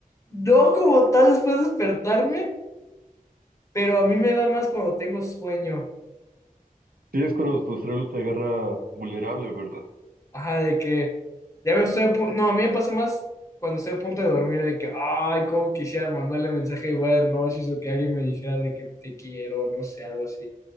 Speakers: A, on the left; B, on the right.
A: no como tal después de despertarme, pero a mí me da más cuando tengo sueño.
B: Sí, es cuando tu cerebro te agarra vulnerable, ¿verdad?
A: Ajá, de que ya me estoy a pu- No, a mí me pasa más cuando estoy a punto de dormir, de que, ay, cómo quisiera mandarle mensaje de buenas noches o que alguien me dijera de que te quiero, no sé, algo así.